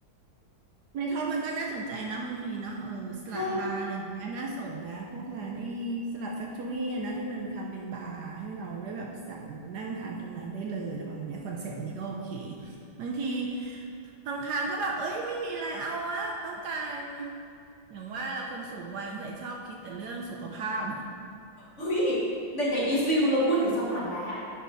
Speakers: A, on the right (about 65°); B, on the left (about 40°).
A: ในท็อปมันก็น่าสนใจนะบางทีเนาะเออสลัดบาร์อะไรอย่างเงี้ยน่าสนนะ
B: ใช่ค่ะ
A: พวกร้านไอ้สลัดแฟคทอรี่นะที่มันมาทำเป็นบาร์ให้เราได้แบบสั่งหรือนั่งทานตรงนั้นได้เลยอะไรประมาณเนี้ยคอนเซปต์นี้ก็โอเคบางทีบางครั้งก็แบบเอ้ยไม่มีอะไรเอาวะต้องการ อย่างว่าเราคนสูงวัยสงสัยชอบคิดแต่เรื่องสุขภาพ
B: เฮ้ยในในอีสฟิวเราพูดถึงสลัดแล้ว